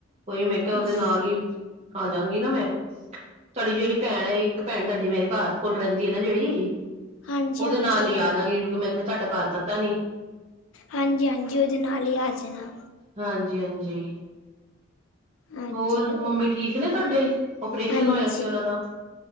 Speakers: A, on the right; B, on the left.
A: ਉਈ ਮੈਂ ਕਿਹਾ ਉਹਦੇ
B: ਹਾਂ।
A: ਨਾਲ ਹੀ ਆ ਜਾਗੀ ਨਾ ਮੈਂ, ਤੁਹਾਡੀ ਜਿਹੜੀ ਭੈਣ ਹੈ, ਇੱਕ ਭੈਣ ਸਾਡੀ ਮੇਰੇ ਘਰ ਕੋਲ ਰੈਂਦੀ ਹੈ ਨਾ ਜਿਹੜੀ
B: ਹਾਂਜੀ-ਹਾਂਜੀ,
A: ਉਹਦੇ ਨਾਲ ਲ ਆਜਾਗੀ ਕਿ ਮੈਨੂੰ ਤੇ ਤੁਹਾਡਾ ਘਰ ਪਤਾ ਨੀ
B: ਹਾਂਜੀ ਹਾਂਜੀ ਉਹਦੇ ਨਾਲ ਹੀ ਆੱ ਜਾਣਾ
A: ਹਾਂਜੀ-ਹਾਂਜੀ।
B: ਹਾਂਜੀ,
A: ਹੋਰ ਮੰਮੀ ਠੀਕ ਨੇ ਤੁਹਾਡੇ, ਆਪਓਰੇਸ਼ਨ
B: ਹਾਂਜੀ
A: ਹੋਇਆ ਸੀ ਉਹਨਾਂ ਦਾ।